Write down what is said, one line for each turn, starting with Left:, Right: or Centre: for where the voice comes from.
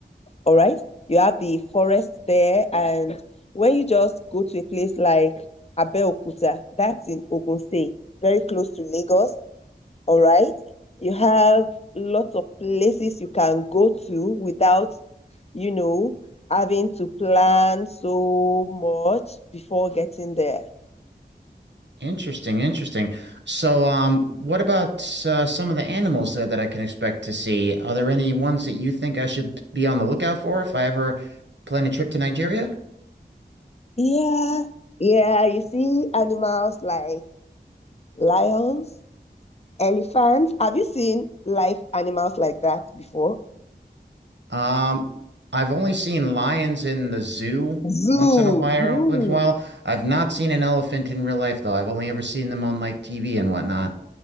Left: All right. You have the forest there. And when you just go to a place like Abeokuta, that's in Ogun State, very close to Lagos, all right. You have lots of places you can go to without, you know, having to plan so much before getting there.
Right: Interesting, interesting. So, um, what about uh, some of the animals there that I can expect to see? Are there any ones that you think I should be on the lookout for if I ever plan a trip to Nigeria?
Left: Yeah. Yeah. You see animals like lions, elephants. Have you seen live animals like that before?
Right: Um, I've only seen lions in the zoo
Left: Zoo.
Right: once in a while,
Left: Hmm.
Right: once in a while. I've not seen an elephant in real life though. I've only ever seen them on like TV and whatnot.